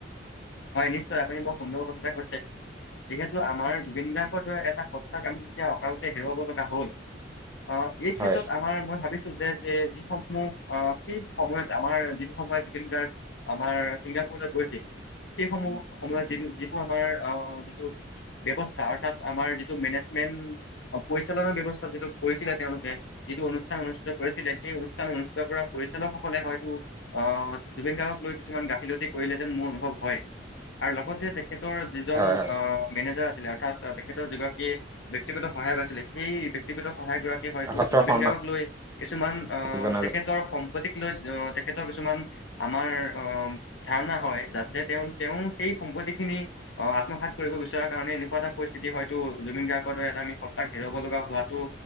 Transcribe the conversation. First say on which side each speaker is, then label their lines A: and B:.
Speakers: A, on the left; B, on the right.
A: হয় নিশ্চয় আপুনি বৰ সুন্দৰ কথা এটা কৈছে। যিহেতু আমাৰ জুবিন গাৰ্গৰ দৰে এটা সত্তাক আমি যেতিয়া অকালতে হেৰুৱাব লগা হ'ল অ এই ক্ষেত্ৰত
B: হয়
A: আমাৰ মই ভাবিছো যে যে যিসমূহ আহ সেই সময়ত আমাৰ যিটো সময়ত জুবিন গাৰ্গ আমাৰ চিংগা পুৰত গৈছিল, সেইসমূহ সময়ত যিটো যিটো আমাৰ আহ যিটো ব্যৱস্থা অৰ্থাৎ আমাৰ যিটো মেনেজমেন্ট, পৰিচালনা ব্যৱস্থা যিটো কৰিছিলে তেওঁলোকে যিটো অনুষ্ঠান অনুষ্ঠিত কৰিছিলে সেই অনুষ্ঠান অনুষ্ঠিত কৰা পৰিচালকসকলে হয়তো অ জুবিন গাৰ্গক কিছুমান গাফিলতি কৰিলেহতেন মোৰ অনুভৱ হয়। আৰু লগতে তেখেতৰ যিজন
B: হয় হয়।
A: অ মেনেজাৰ আছ ছিলে অৰ্থাৎ তেখেতৰ যি গৰাকী ব্যক্তিগত সহায়ক আছিলে সেই ব্যক্তিগত সহায়ক গৰাকী হয়তো
B: সত্ৰ
A: জুবিন
B: শৰ্মা
A: গাৰ্গক লৈ কিছুমান আহ
B: জনা
A: তেখেতৰ
B: যায়
A: সম্পত্তিক লৈ, আহ তেখেতৰ কিছুমান আমাৰ অ ধাৰণা হয় যাতে যে তেওঁ তেওঁ সেই সম্পত্তি খিনি অ আত্মসাত কৰিব বিচৰাৰ কাৰণে এনেকুৱা এটা পৰিস্থিতি হয়তো জুবিন গাৰ্গৰ দৰে এ আমি সত্তাক হেৰাব লগা হোৱাটো